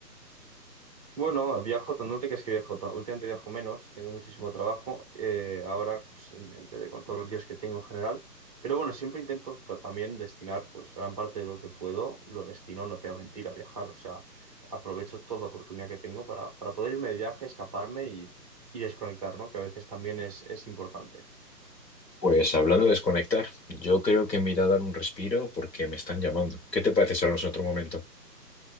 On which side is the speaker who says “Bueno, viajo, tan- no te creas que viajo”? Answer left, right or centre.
Right